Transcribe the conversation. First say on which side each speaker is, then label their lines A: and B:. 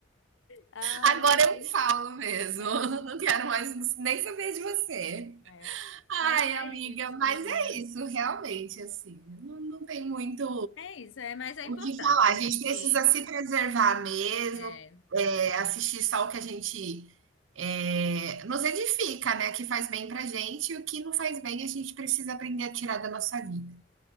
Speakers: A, on the left (about 80°); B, on the right (about 80°).
A: Ah,
B: Agora
A: lembrei.
B: eu falo mesmo.
A: É.
B: <laughs> Não quero mais nem saber de você.
A: É.
B: Ai,
A: Mas é
B: amiga,
A: isso,
B: mas
A: amiga.
B: é isso, realmente, assim. Não, não tem muito
A: É isso, é, mas é
B: O
A: importante
B: que falar?
A: a gente.
B: A gente precisa se preservar mesmo,
A: É,
B: é, assistir só o que a gente é, nos edifica, né? Que faz bem pra gente e o que não faz bem a gente precisa aprender a tirar da nossa vida.